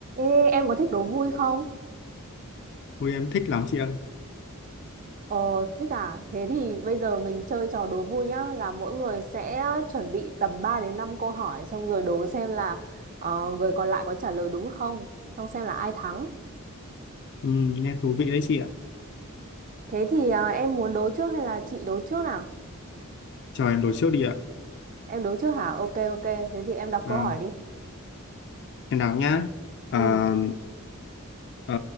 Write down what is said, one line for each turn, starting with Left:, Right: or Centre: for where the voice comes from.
Right: Ê, em có thích đố vui không?
Left: Ui em thích lắm chị ơi.
Right: Ờ, thích à? Thế thì bây giờ mình chơi trò đố vui nhá, là mỗi người sẽ chuẩn bị tầm 3 đến 5 câu hỏi xong rồi đố xem là ờ, người còn lại có trả lời đúng không, xong xem là ai thắng.
Left: Ừ, nghe thú vị đấy chị ạ.
Right: Thế thì ờ, em muốn đố trước hay là chị đố trước nào?
Left: Chờ em đổi trước đi ạ.
Right: Em đố trước hả? Ok ok, thế thì em đọc
Left: À,
Right: câu hỏi đi.
Left: em đọc nhá. À,
Right: Ừ,
Left: ờ,